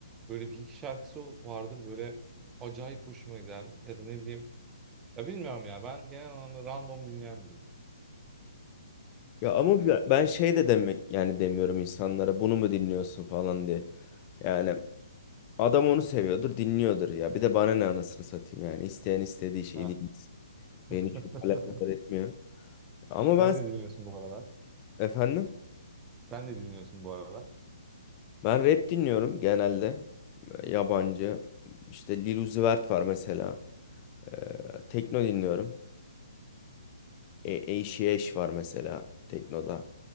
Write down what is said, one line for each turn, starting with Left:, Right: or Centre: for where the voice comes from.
Right: böyle bir iki şarkısı vardır böyle acayip hoşuma gider. Ya da ne bileyim, ya bilmiyorum ya ben genel anlamda random dinleyen biriyim.
Left: Ya ama bi- ben şey de demek yani demiyorum insanlara bunu mu dinliyorsun falan diye. Yani adam onu seviyordur, dinliyordur ya. Bir de bana ne anasını satayım yani. İsteyen istediği şeyi
Right: Ha.
Left: dinlesin.
Right: <laughs>
Left: Beni çok alakadar etmiyor. Ama
Right: Sen
Left: ben
Right: ne dinliyorsun bu aralar?
Left: efendim
Right: Sen ne dinliyorsun bu aralar?
Left: Ben rap dinliyorum genelde. E, Yabancı. İşte Lil Uzi Vert var mesela. E, tekno dinliyorum. E, Eşi Eş var mesela teknoda.